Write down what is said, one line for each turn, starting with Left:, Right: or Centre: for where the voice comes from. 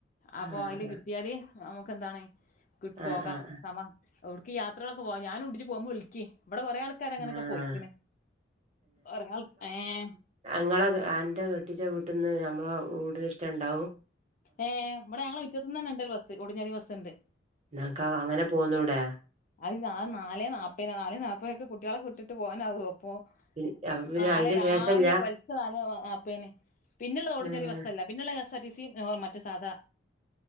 Left: അപ്പൊ
Right: ആഹ്
Left: അയില്
Right: ആഹ്
Left: കിട്ട്യാല് നമുക്കെന്താണ് കിട്ട് പോകാ
Right: ആഹ് ആഹ്
Left: സമ ഒട്ക്ക് യാത്രകളൊക്ക പോവാ ഞാനുണ്ട് ജ് പോവ്മ്പ വിൾക്ക് വടെ കൊറേ ആള് ക്കാര് അങ്ങനൊക്ക
Right: ആഹ്
Left: പോയിക്ക്ണ് ഒറങ്ങാൾ ഏഹ്.
Right: അങ്ങളൊക്ക അന്റെ കെട്ടിച്ച വീട്ട്ന്ന് ഞമ്മളെ കൂടരെറ്റണ്ടാവും.
Left: ഏഹ് വടെ ഞങ്ങളെ മിറ്റത്ത്ന്നന്നെ ണ്ട് രു ബസ് ഓർഡിനറി ബസ്ണ്ട്.
Right: ന്നാക്കാ അങ്ങനെ പോന്നൂടെ.
Left: അയ് ആ നാലേ നാപേന നാലേ നാപക്കെ കുട്ട്യാളെക്ക വിട്ടിട്ട് പോവനാവോ പ്പൊ.
Right: പിൻ- അപ്പൊ പിന്നെ
Left: നലെ
Right: അയിന്റെ
Left: രാവിലെ
Right: ശേഷല്ല
Left: പൊൽച്ച നല് നപ്പയിന് പിന്നെള്ള ഓർഡിനറി
Right: ആഹ്
Left: ബസ്സല്ല. പിന്നള്ള K S R T C ഏഹ് മറ്റ സാദാ.